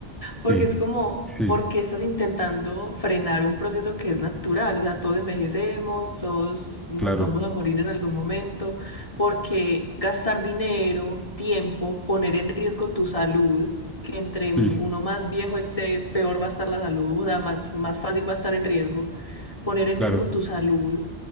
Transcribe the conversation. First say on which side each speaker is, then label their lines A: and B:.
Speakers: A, on the left; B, in the centre.
A: porque
B: Sí,
A: es como,
B: sí,
A: porque estás intentando frenar un proceso que es natural? O sea, todos envejecemos, todos nos
B: claro,
A: vamos a morir en algún momento. porque gastar dinero, tiempo, poner en riesgo tu salud? que entre
B: sí,
A: uno más viejo esté, peor va a estar la salud, o sea, más, más fácil va a estar en riesgo, poner en
B: claro.
A: riesgo tu salud